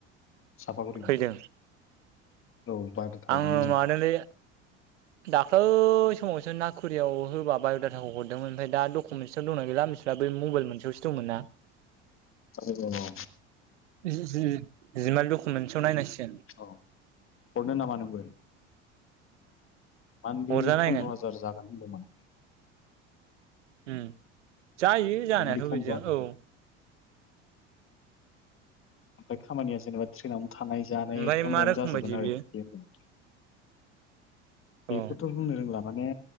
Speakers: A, on the left; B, on the right.
A: साफागुरियाव
B: फैदों
A: औ दाथ' बाय' डाटा हैदोमोन
B: आङो
A: जों।
B: माबादोंलै दाख्लै समावसो ना पुकुरियाव होबा बाय'डाटाखौ हरदोंमोन ओमफ्राय दाडकुमेन्टसाव दं ना गैला मिथिला। बे मबाइल मोनसेयावसो दंमोन ना।
A: औ औ औ।
B: जि-जि-जिमाल डकुमेन्टसाव नायनांसिगोन।
A: औ हरनो नामा नोंबो मान्थलि
B: हरजा नायगोन
A: पन्द्र' हाजार जागोन होनदोमोन।
B: उम जायो जानायाथ'
A: मान्थलि फन्द्र'
B: बिदिजों
A: हाजार
B: औ।
A: ओमफाय खामानिया जेनेबा ट्रेनावनो थानाय जानाय
B: ओमफ्राय
A: एखदमबावनो
B: मा रोखोम
A: जाजोबगोन
B: बायदि
A: आरो
B: बियो
A: बिदि होनदों।
B: औ
A: बेखौथ' बुंनो रोंला। माने